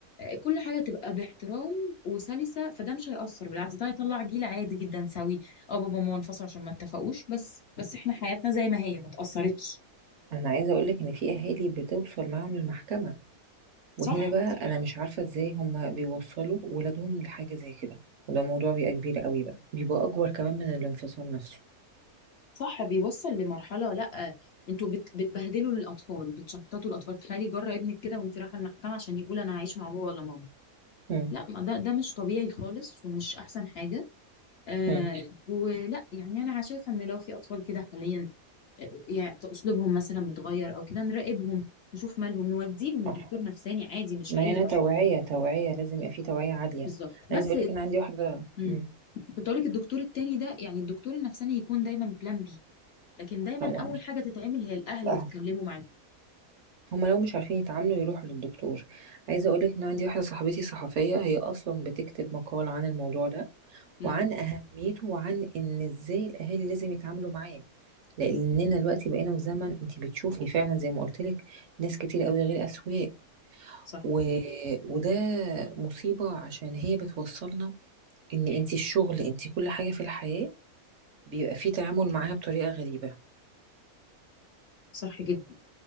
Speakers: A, on the left; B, on the right.
A: كل حاجه تبقى باحترام وسلسه فده مش هيأثر بالعكس ده هيطلع جيل عادي جدا سوي اه بابا وماما انفصلوا عشان ما اتفقوش بس بس احنا حياتنا زي ما هي ما اتأثرتش
B: أنا عايزة أقول لك إن في أهالي بتوصل معاهم للمحكمة.
A: صح
B: وهنا بقى انا مش عارفه ازاي هم بيوصلوا ولادهم لحاجه زي كده وده موضوع بيبقى كبير قوي بقى بيبقى اكبر كمان من الانفصال نفسه
A: صح بيوصل لمرحله لا انتوا بت بتبهدلوا الاطفال بتشحططوا الاطفال تخيلي جرى ابنك كده وانت رايحه المحكمه عشان يقول انا هعيش مع بابا ولا ماما
B: مم.
A: لا ما ده ده مش طبيعي خالص ومش احسن حاجه آه
B: مم.
A: ولا يعني انا شايفه ان لو في اطفال كده حاليا يعني اسلوبهم مثلا متغير او كده نراقبهم نشوف مالهم نوديهم
B: صح
A: لدكتور نفساني عادي مش
B: ما
A: عيب
B: هنا توعيه
A: يعني.
B: توعيه لازم يبقى في توعيه عاليه
A: بالظبط
B: انا
A: بس
B: عايزه اقول لك ان عندي واحده
A: مم.
B: مم.
A: كنت اقول لك الدكتور التاني ده يعني الدكتور النفساني يكون دايما بلان بي لكن دايما
B: طبعا
A: اول حاجه تتعمل هي الاهل
B: الاهل
A: اللي يتكلموا معاك
B: هم لو مش عارفين يتعاملوا يروحوا للدكتور عايزه اقول لك ان عندي واحده صاحبتي صحفيه هي اصلا بتكتب مقال عن الموضوع ده
A: مم.
B: وعن اهميته وعن ان ازاي الاهالي لازم يتعاملوا معاه لاننا دلوقتي بقينا في زمن انت بتشوفي فعلا زي ما قلت لك ناس كتير قوي غير اسوياء
A: صح
B: و... وده مصيبة عشان هي بتوصلنا ان انت الشغل انت كل حاجة في الحياة بيبقى فيه تعامل معاها بطريقة غريبة
A: صح جدا